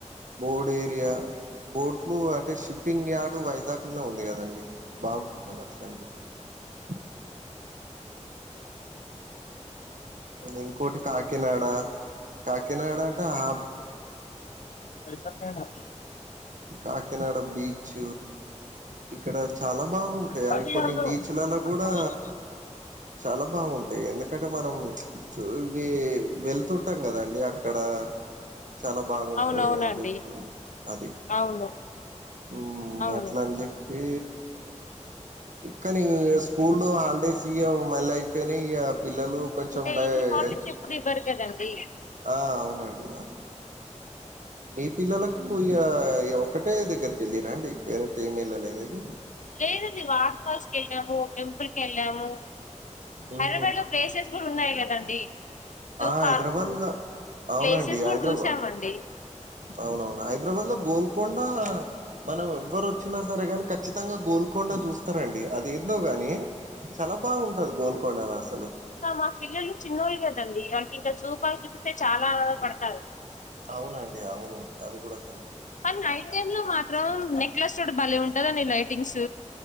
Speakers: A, on the right (about 80°); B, on the left (about 80°).
A: బోర్డ్ ఏరియా బోట్లు అంటే షిప్పింగ్ యార్డు వైజాగ్ లోనే ఉంది కదండి బాగుంటది <unintelligible> ఇంకోటి కాకినాడ కాకినాడ అంటే ఆ
B: కాకినాడ
A: కాకినాడ బీచ్ ఇక్కడ చాలా బాగుంటాయి
B: బండి
A: అ కొన్ని
B: కాదు
A: బీచ్ లల్లో
B: ఆటో
A: కూడా
B: ఆటో
A: చాలా బాగుంటాయి ఎందుకంటే మనం ఇవి వెళ్తుంటే కదండి అక్కడ చాలా బాగుంటది
B: అవునవునండి
A: అని చెప్పి అది
B: అవును
A: ఉ
B: అవును
A: అట్ల అని చెప్పి కానీ స్కూల్ హాలిడేస్ ఇక మళ్ళీ అయిపోయినాయి ఇక పిల్లలు కొంచెం
B: అంటే
A: భయం
B: ఇన్ని హాలిడేస్ ఎప్పుడు ఇవ్వరు కదండి
A: అవునండి అది మీ పిల్లలకు ఇగ ఒకటే దగ్గరికి వెళ్ళిరా అండి వేరే టీమ్ వెళ్ళలేదు ఇగ
B: లేదండి వాటర్ హౌస్ కి వెళ్ళాము టెంపుల్ కె ళ్ళాము హైదరాబాద్
A: ఊహూ
B: లో ప్లేసెస్ కూడా ఉన్నాయి కదండీ జూ
A: ఆ
B: పార్కు
A: హైదరాబాద్ లో అవునండి
B: ప్లేసెస్ కూడా
A: హైదరాబాద్
B: చూసామండి
A: అవునవును హైదరాబాద్ లో గోల్కొండా మనం ఎవ్వరు వచ్చిన సరే గానీ ఖచ్చితంగా గోల్ ల్కొండ చూస్తారండి అది ఏందో గాని చాలా బాగుంటది గోల్కొండలో అసలు
B: ఇంకా మా పిల్లలు చిన్నోళ్ళు కదండి వాళ్ళకి ఇంకా జూ పార్కు చూపిస్తే చాలా పడతారు
A: అవునండి అవును అది కూడా కరెక్ట్
B: కానీ నైట్ టైమ్ లో మాత్రం నెక్లెస్ రోడ్ భలే ఉంటదండి లైటింగ్స్